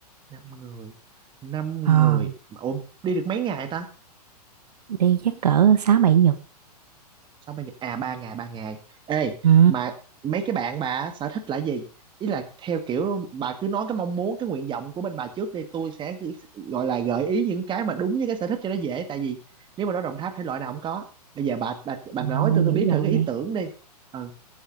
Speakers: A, on the right; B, on the right.
A: năm người. năm
B: Ờ,
A: người. Ủa đi được mấy ngày ta?
B: đi chắc cỡ 6 7 Nhật.
A: sáu ba giờ à ba ngày ba ngày ê
B: ừ
A: mà mấy cái bạn bà á, sở thích là gì ý là theo kiểu bà cứ nói cái mong muốn cái nguyện vọng của bên bà trước đi tôi sẽ cứ gọi là gợi ý những cái mà đúng với cái sở thích cho nó dễ tại vì nếu mà nói Đồng Tháp thể loại nào cũng có bây giờ bà bà bà nói
B: Trời
A: tôi tôi
B: dữ
A: biết thử
B: dội
A: cái ý
B: vậy.
A: tưởng đi ừ